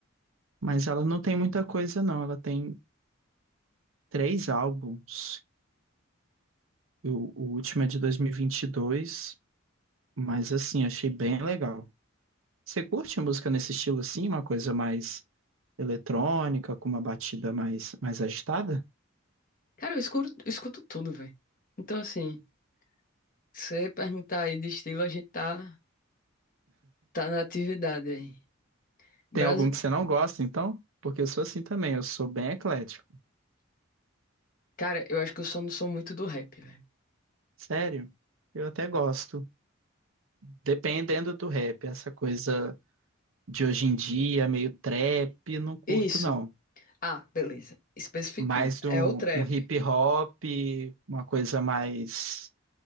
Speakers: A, on the right; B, on the left.
A: Mas ela não tem muita coisa, não. Ela tem três álbuns O, o último é de dois mil e e vinte e dois mas assim, achei bem legal. Você curte a música nesse estilo assim, uma coisa mais eletrônica, com uma batida mais, mais agitada?
B: Cara, eu escuto, eu escuto tudo, velho. Então, assim, se você perguntar aí de estilo, a gente tá, tá na atividade aí. Brasi...
A: Tem algum que você não gosta, então? Porque eu sou assim também, eu sou bem eclético.
B: Cara, eu acho que eu só não sou muito do rap, velho.
A: Sério, eu até gosto. Dependendo do rap, essa coisa de hoje em dia, meio trap, não curto
B: Isso.
A: não.
B: Ah, beleza. Especificando.
A: Mais um,
B: É o trap.
A: um hip hop, uma coisa mais